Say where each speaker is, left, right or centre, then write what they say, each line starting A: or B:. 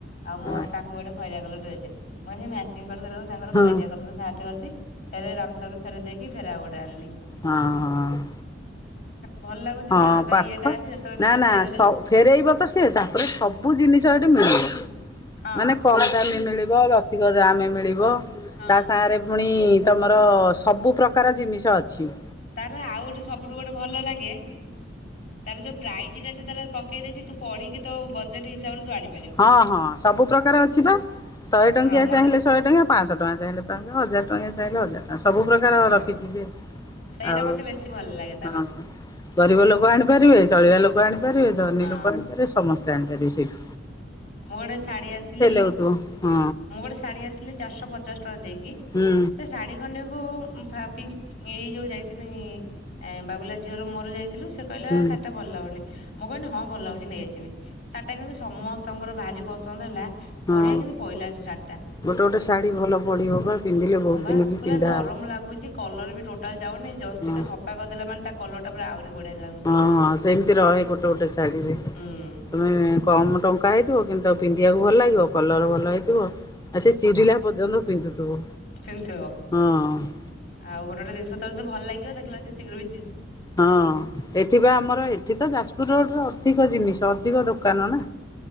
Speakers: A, on the left (about 65°); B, on the left (about 20°).
A: ଆଉ ମ
B: ହଁ ହଁ
A: - ତାଙ୍କୁ ଗୋଟେ ଖଇରିଆ କଲର୍ ଡ୍ରେସ୍ ଟେ ମୁଁ ଆଜି ମ୍ୟାଚିଙ୍ଗ କରିଦେଲେ ତାଙ୍କର
B: ହଁ
A: ଖଇରିଆ କଲର୍ ସାର୍ଟ ଟେ ଅଛି ଫେରେ ରାମସରରୁ ଫେର ଦେଇକି ଫେରେ ଆଉ ଗଟେ ଆଣିଲି ।
B: ହଁ ହଁ ।
A: ଭଲ ଲାଗୁଛି
B: ହଁ
A: କଣ
B: ପାଖ
A: ତା ଇଏଟା ଅଛି ଯେତେବେଳେ
B: ନାଁ
A: ନେଲୁ
B: ନାଁ
A: ଫେରେଇ ଦେଲୁ
B: ଫେରଇବ ତ ସେ ତାପରେ ସବୁ ଜିନିଷ ଏଠି ମିଳିବ ।
A: ହଁ
B: ମାନେ କମ ଦାମୀ ମିଳିବ ଅଧିକ ଦାମେ ମିଳିବ ।
A: ହଁ।
B: ତା ସାଙ୍ଗରେ ପୁଣି ତମର ସବୁ ପ୍ରକାର ଜିନିଷ ଅଛି ।
A: ତାର ଆଉ ଗୋଟେ ସବୁଠୁ ଗୋଟେ ଭଲ ଲାଗେ ତାର ଯୋଉ ପ୍ରାଇଜ ଟା ସେ ତାର ପକେଇ ଦେଇଛି ତୁ ପଢ଼ିକି ତୁ ବଜେଟ ହିସାବରେ ତୁ ଆଣିବୁ ।
B: ହଁ ହଁ ସବୁ ପ୍ରକାର ଅଛି ବା ଶହେ ଟଙ୍କିଆ
A: ହଁ ମତେ
B: ଚାହିଁଲେ ଶହେ ଟଙ୍କିଆ ପାଞ୍ଚଶହ ଟଙ୍କା ଚାହିଁଲେ ହଜାର ଟଙ୍କା ଚାହିଁଲେ ହଜାର ଟଙ୍କା ସବୁ ପ୍ରକାର
A: ହଁ
B: ରଖିଛି ସ
A: ସେଇଟା
B: ଆଉ
A: ମତେ ବେଶୀ ଭଲ ଲାଗେ ତାର
B: ହଁ ଗରିବ ଲୋକ ଆଣିପାରିବେ ଗରିବ ଲୋକ ଆଣିପାରିବେ ଧନୀ
A: ହଁ।
B: ଲୋକ ଆଣିପାରିବେ ସମସ୍ତେ ଆଣିପାରିବେ ସେଇଠୁ ।
A: ମୁଁ ଗୋଟେ ଶାଢ଼ୀ ଆଣିଥିଲି
B: ହଉଥିବ ହଁ
A: ମୁଁ ଗୋଟେ ଶାଢ଼ୀ ଆଣିଥିଲି ଚାରିଶହ ପଚାଶ ଟଙ୍କା ଦେଇକି
B: ହୁଁ
A: ସେ ଶାଢ଼ୀ ଖଣ୍ଡକୁ ପିଙ୍କ ଏଇ ଯୋଉ ଯାଇଥିଲି ଏଁ ବାବୁଲା ଝିଅର ମୋରୁ ଯାଇଥିଲୁ ସେ କହିଲା
B: ହୁଁ
A: ଶାଢ଼ୀ ଟା ଭଲ ଲାଗୁନି । ମୁଁ କହିଲି ହଁ ଭଲ ଲାଗୁଛି ନେଇଆସିବି ଶାଢ଼ୀଟା କିନ୍ତୁ ସମସ୍ତଙ୍କର ଭାରି ପସନ୍ଦ ହେଲା
B: ହଁ।
A: ବଢିଆ କିନ୍ତୁ ପଇଲା ଶାଢ଼ୀ ଟା ।
B: ଗୋଟେ ଗୋଟେ ଶାଢ଼ୀ ଭଲ ପଡ଼ିବ ବା ପିନ୍ଧିଲେ ବହୁତ
A: ହଁ
B: ଦିନ
A: ବା
B: କି
A: ପୁରା
B: ପିନ୍ଧା
A: ନରମ
B: ହବ।
A: ଲାଗୁଛି କଲର ବି ଟୋଟାଲ ଯାଉନି । ଜସ୍
B: ହଁ
A: ଟିକେ ସଫା କରିଦେ ମାନେ ତା କଲରଟା ପୁରା ଆହୁରି ବଢିଆ ଲାଗୁଛି।
B: ହଁ ହଁ ସେମିତି ରହେ ଗୋଟେ ଗୋଟେ ଶାଢ଼ୀରେ
A: ହଁ
B: ତମେ କମ ଟଙ୍କା ହେଇ ଥିବ କିନ୍ତୁ ଆଉ ପିନ୍ଧିବାକୁ ଭଲ ଲାଗିବ କଲର ଭଲ ହେଇଥିବ ଆଉ ସେ ଚିରିଲା ପର୍ଯ୍ୟନ୍ତ ପିନ୍ଧୁଥିବୁ
A: ପିନ୍ଧିଥିବ
B: ହଁ ।
A: ଆଉ ଗୋଟେ ଗୋଟେ ଜିନିଷ ତ ଭଲ ଲାଗିବ ଦେଖିଲା ସେ ଶୀଘ୍ର ବି
B: ହଁ ଏଠି ବା ଆମର ଏଠି ତ ଯାଜପୁର ରୋଡ ର ଅଧିକ ଜିନିଷ ଅଧିକ ଦୋକାନ ନା